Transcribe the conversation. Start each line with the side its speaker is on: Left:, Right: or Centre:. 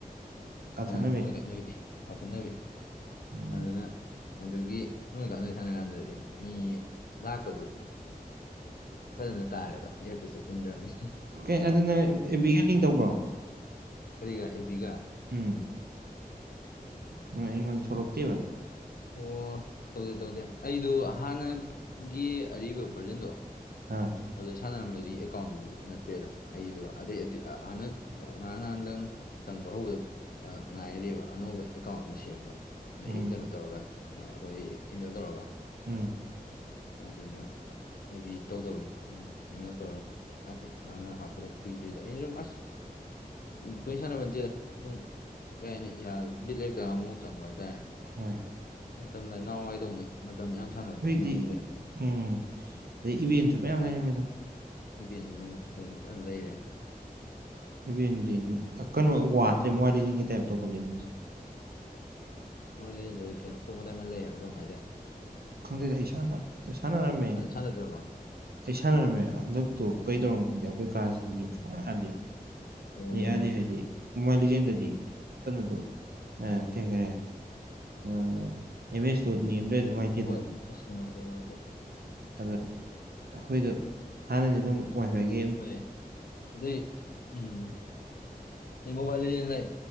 Right: ꯀꯥꯞꯊꯠꯅꯕꯤ
Left: ꯑ ꯅꯣꯡꯃꯩ ꯀꯥꯞꯊꯥꯠꯅꯕꯤ ꯀꯥꯞꯊꯥꯠꯅꯕꯤ
Right: ꯎꯝ
Left: ꯑꯗꯨꯅ ꯑꯗꯨꯒꯤ ꯅꯣꯏꯃꯩ ꯀꯥꯞꯅꯕꯤ ꯁꯥꯟꯅꯒꯥꯟꯗꯗꯤ ꯃꯤ ꯂꯥꯛꯄꯗꯨ ꯐꯖꯅ ꯇꯥꯔꯦꯗꯣ ꯏꯌꯔꯄꯤꯁꯇꯨ ꯊꯤꯟꯗ꯭ꯔꯕꯅꯤꯅ
Right: ꯑꯦꯗꯨ ꯅꯣꯢ ꯑꯦꯕꯤꯒ ꯂꯤꯡ ꯇꯧꯕ꯭ꯔꯣ
Left: ꯀꯔꯤꯒ ꯑꯦꯕꯤꯒ
Right: ꯎꯝ ꯍꯣꯏ ꯑꯩꯉꯣꯟꯗ ꯊꯣꯛꯂꯛꯇꯦꯕ
Left: ꯑꯣ ꯇꯧꯗꯦ ꯇꯧꯗꯦ ꯑꯩꯗꯣ ꯍꯥꯟꯅꯒꯤ ꯑꯔꯤꯕ ꯚ꯭ꯔꯖꯟꯗꯣ
Right: ꯍꯥꯥ
Left: ꯑꯗꯨ ꯁꯥꯟꯅꯔꯝꯕꯒꯤ ꯑꯦꯀꯥꯎꯟꯗꯨꯗꯤ ꯅꯠꯇ꯭ꯔꯦꯗ ꯑꯩꯗꯣ ꯑꯗꯩ ꯑꯗꯨ ꯍꯟꯗꯛ ꯉꯔꯥꯡ ꯉꯍꯥꯟꯗꯪ ꯆꯪꯕ ꯍꯧꯕꯗ ꯉꯥꯏꯔꯤꯕ ꯑꯅꯧꯕ ꯑꯦꯀꯥꯎꯟ ꯑꯃ ꯁꯦꯝꯕ ꯅꯣꯏ
Right: ꯎꯝ
Left: ꯀꯩꯅꯣ ꯇꯧꯔꯒ ꯑꯩꯈꯣꯏ ꯏꯃꯦꯜ ꯇꯧꯔꯒ
Right: ꯎꯝ
Left: ꯑꯗꯨꯅ ꯑꯦꯕꯤ ꯇꯧꯗꯕꯩ ꯑꯗꯨ ꯏꯃꯦꯟ ꯇꯧꯔꯒ ꯑꯁ ꯉꯔꯥꯡ ꯅꯍꯥꯜ ꯍꯥꯞꯄꯗ ꯀꯨꯏꯗ꯭ꯔꯤꯗ ꯑꯩꯅ ꯁꯨꯝ ꯑꯁ ꯇꯣꯏ ꯁꯥꯟꯅꯕ ꯅꯠꯇꯦꯗ ꯎꯝ ꯀꯩ ꯍꯥꯏꯅꯤ ꯏꯁꯥ ꯕꯤꯠ ꯂꯩꯂꯛꯇꯒꯥꯟ ꯑꯃꯨꯃꯨꯛ ꯆꯪꯕ ꯍꯥꯏꯇꯥꯔꯦ
Right: ꯍꯣꯏ
Left: ꯃꯇꯝ ꯂꯥꯏꯅꯥꯋꯥꯏꯗꯧꯅ ꯃꯇꯝ ꯌꯥꯝ ꯁꯥꯟꯅꯕ
Right: ꯍꯧꯖꯤꯛꯇꯤ
Left: ꯁꯨꯡ ꯉꯝꯗ꯭ꯔꯦ
Right: ꯎꯝ ꯑꯗꯩ ꯏꯚꯦꯟꯁꯨ ꯃꯌꯥꯝ ꯂꯩꯔꯝꯃꯤꯗ
Left: ꯏꯕꯦꯟ ꯅꯨꯡ ꯀꯩ ꯂꯩꯔꯦꯅ
Right: ꯍꯦꯕꯦꯟꯗꯤ ꯀꯩꯅꯣ ꯋꯥꯠꯇ꯭ꯔꯦ ꯃ ꯂꯩꯖꯤꯡꯒꯤ ꯇꯥꯏꯞ ꯇꯧꯈꯠꯂꯦ ꯃꯣꯏꯁꯦ
Left: ꯑꯣꯂꯤꯁꯨ ꯀꯩꯅꯣ ꯄ꯭ꯔꯣꯝꯒꯗꯥꯏꯃ ꯂꯩꯌꯦꯕ ꯀꯔꯝ ꯍꯥꯏꯇꯥꯔꯦ
Right: ꯈꯪꯗꯦꯗ ꯑꯩ ꯁꯥꯟꯅꯔꯝꯃꯦ
Left: ꯊꯗ꯭ꯔꯕ
Right: ꯑꯩ ꯁꯥꯟꯅꯔꯝꯃꯦ ꯍꯟꯗꯛꯇꯣ ꯀꯩꯗꯧꯔꯝ
Left: ꯑꯥ
Right: ꯈꯗꯦ ꯑꯩꯈꯣꯏ ꯀꯥꯥꯁꯦ ꯅꯦꯠ ꯁꯦꯡꯌꯥ ꯌꯥꯗꯦ
Left: ꯑꯣ
Right: ꯅꯦꯠ ꯌꯥꯗꯦ ꯍꯥꯏꯗꯤ ꯃꯣꯕꯥꯟꯂꯤꯖꯦꯜꯗꯗꯤ ꯀꯩꯅꯣꯗꯣ ꯀꯦꯈꯔꯦ ꯑꯥ ꯑꯦꯝ ꯑꯦꯁꯇꯣ ꯅꯦꯝꯗꯔꯗꯤ ꯅꯨꯡꯉꯥꯏꯇꯦꯗꯅ
Left: ꯍꯣꯏ ꯑꯁ ꯅꯨꯡꯉꯥꯏꯇꯦ ꯅꯨꯡꯉꯥꯏꯇꯦ
Right: ꯑꯗ ꯑꯩꯈꯣꯏꯗꯣ ꯍꯥꯟꯅꯗꯤ ꯑꯗꯨꯝ ꯋꯥꯢꯐꯥꯢ ꯒꯤ
Left: ꯍꯣꯏ ꯑꯗꯨꯢ ꯎꯝ ꯃꯣꯕꯥꯢꯂꯤꯖꯦꯜꯗ ꯍꯥꯢ